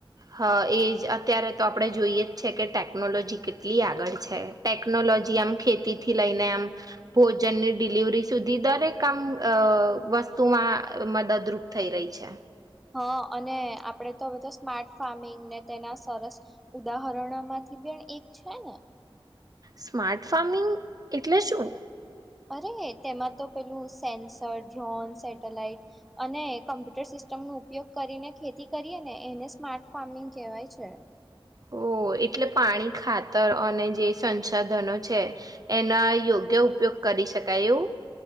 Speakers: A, on the right; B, in the centre.
A: હા એ જ અત્યારે તો આપડ જોઈએ જ છે કે ટેકનોલોજી કેટલી આગળ છે ટેકનોલોજી આમ ખેતીથી લઈને આમ ભોજનની ડિલિવરી સુધી દરેક આમ વસ્તુમાં મદદરૂપ થઈ રહી છે
B: હા અને આપણે તો હવે તો સ્માર્ટ ફાર્મિંગને તેના સરસ ઉદાહરણોમાંથી બે એક છે ને
A: સ્માર્ટ ફાર્મિંગ એટલે શું
B: અરે તેમાં તો પેલું સેન્સર ડ્રોન સેટેલાઈટ અને કમ્પ્યુટર સિસ્ટમ ન ઉપયોગ કરીને ખેતી કરીએ ને એને સ્માર્ટ ફાર્મિંગ કહેવાય છે
A: ઓ એટલે પાણી ખાતર અને જે સંસાધનો છે એના યોગ્ય ઉપયોગ કરી શકાય એવું